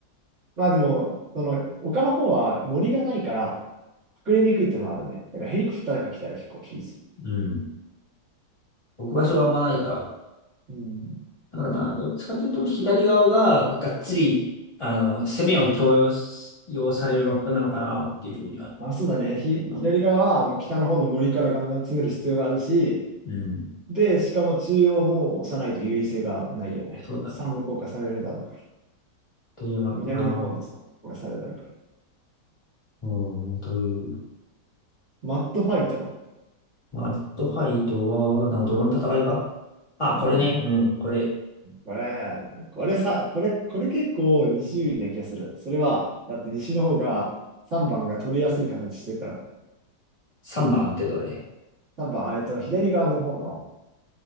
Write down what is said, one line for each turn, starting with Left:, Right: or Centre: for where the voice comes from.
Right: まあでも、その丘の方は森がないから、隠れにくいってのはあるね。だからヘリコプターが来たら結構厳しい。
Left: うん。置く場所があんまないから。
Right: うん
Left: だからまあ、どっちかというと左側ががっつり、あの、攻めを強要す要されるマップなのかなっていうふうには
Right: あ、そうだね。ひ、
Left: 思うね。
Right: 左側はもう北の方の森からガンガン詰める必要があるし、
Left: うん。
Right: で、しかも中央も押さないと優位性がないよね。
Left: そうだね。
Right: 三無効化されるだろうか
Left: というマップかな。
Right: ら。南の方の三無効化されるだろうから。
Left: うん、という。
Right: マットファイト。
Left: まあ、アットファイトは、なんかドローン戦いかあ、
Right: うん。
Left: これね。うん。これ、
Right: これ、これさ、これ、これ結構西有利な気がする。それは、だって西の方が3番が取りやすい形してるから。
Left: 3番ってどれ
Right: 3番、あえっと、左側の方の、